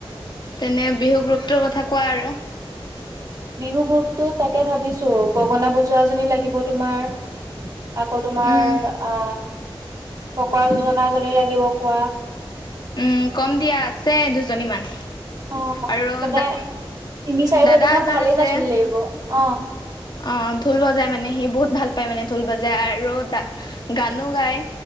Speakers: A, on the left; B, on the right.
A: তেনে বিহু গ্ৰোপটোৰ কথা কোৱা আৰু।
B: বিহু গ্ৰোপ <unintelligible> পতো তাকে ভাবিছো গগনা বজোৱাাজী লাগিব তোমাৰ আকৌ, তোমাৰ
A: উম
B: আ ফকৰা যোজনা এজনী লাগিব কোৱা!
A: উ কম দিয়া, আছে দুজনীমান
B: অ,
A: আৰু
B: মানে
A: দা
B: তিনি চাৰিজনী
A: দাদা
B: মান
A: এজন
B: ভালেই
A: আছে
B: নাচনী লাগিব! অ
A: অ ঢোল বজাই মানে, সি বহুত ভাল পায় মানে, ঢোল বজাই আৰুা গানো গায়!